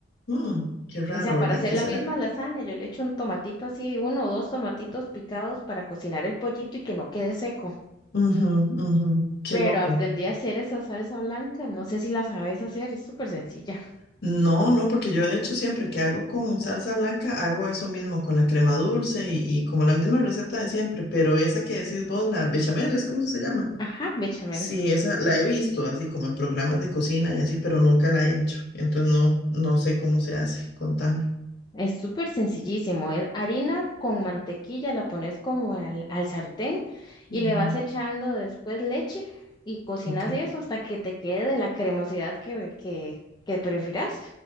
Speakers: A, on the left; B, on the left.
A: Mm, qué raro,
B: O sea, para
A: ¿verdad?
B: hacer
A: ¿Qué
B: la
A: será?
B: misma lasaña, yo le echo un tomatito así, uno o dos tomatitos picados para cocinar el pollito y que no quede seco.
A: Ujú, ujú, Qué
B: Pero
A: loco.
B: aprendí a hacer esa salsa blanca, no sé si la sabes hacer, es súper sencilla.
A: No, no, porque yo de hecho siempre que hago con salsa blanca hago eso mismo, con la crema dulce y, y como la misma receta de siempre, pero esa que decís vos, la bechamel, ¿es cómo se llama?
B: Ajá, bechamel.
A: Sí, esa la he visto así como en programas de cocina y así, pero nunca la he hecho. Entonces no, no sé cómo se hace. Contame.
B: Es súper sencillísimo, es harina con mantequilla, la pones como al, al sartén
A: Ujú,
B: y le vas echando después leche y cocinas
A: Ok.
B: eso hasta que te quede de la cremosidad que, que, que prefieras.